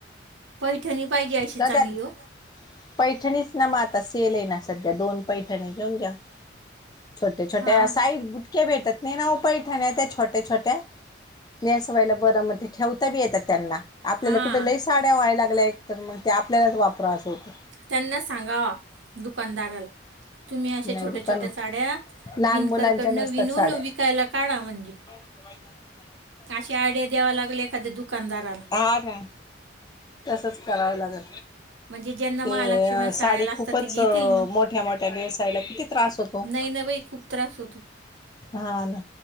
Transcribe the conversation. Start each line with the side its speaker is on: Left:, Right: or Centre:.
Right: पैठणी पाहिजे अशी
Left: दादात
Right: चांगली ओ.
Left: पैठणीच ना मग आता सेल आहे ना सध्या दोन पैठणी घेऊन घ्या. छोट्या छोट्या
Right: हां
Left: साईज बुटक्या भेटत नाही ना ओ पैठाण्या त्या छोट्या छोट्या नेसवायला बरं म् ते ठेवता बी येतात त्यांना आपल्याला
Right: हां
Left: कुठ लईस साड्या व्हायला लागल्या एक तर मग ते आपल्यालाच वापरा अस होतं.
Right: त्यांना सांगाव दुकानदाराला. तुम्ही अशा
Left: नाही
Right: छोट्या
Left: दुकान
Right: छोट्या साड्या
Left: लहान
Right: विणकरकडनं
Left: मुलांच्या नसतात
Right: विनून
Left: साड्या
Right: विकायला काढा म्हणजे
Left: <unintelligible>
Right: आशी आयड्या द्यावा लागल एखाद्या दुकानदारा
Left: हा ना. तसंच करावं लागन.
Right: म्हणजे ज्यांना
Left: ते
Right: महालक्ष्मीला साड्या
Left: साडी
Right: लागतात
Left: खूपच
Right: ते घेतील मग
Left: मोठ्या मोठ्या नेसून -सायला किती त्रास होतो
Right: नाही ना बाई खूप त्रास होतो
Left: हा ना.